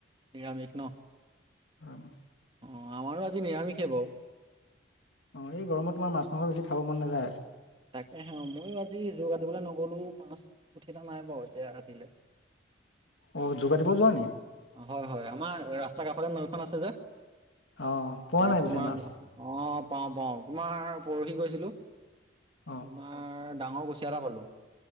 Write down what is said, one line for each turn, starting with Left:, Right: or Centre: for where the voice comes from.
Right: নিৰামিষ ন'।
Left: অ'।
Right: অ', আমাৰো আজি নিৰামিষে বাৰু।
Left: অ', এই গৰমত তোমাৰ মাছ মাংস বেছি খাব মন নাযায়।
Right: তাকে হে ময়ো আজি <unintelligible> কাতিবলৈ নগ'লো মাছ ‌ <unintelligible> নাই বাৰু এতিয়া ৰাতিলে।
Left: অ', যোগাটিব যোৱা নি?
Right: হয়, হয়, আমাৰ ৰাস্তাৰ কাষতে নৈখন আছে যে।
Left: অ', পোৱা
Right: তাত
Left: নাই পিছে
Right: তোমাৰ
Left: মাছ?
Right: অ'। পাওঁ, পাওঁ তোমাৰ পৰহি গৈছিলোঁ তোমাৰ
Left: অ',
Right: ডাঙৰ কুছিয়া এটা পালোঁ।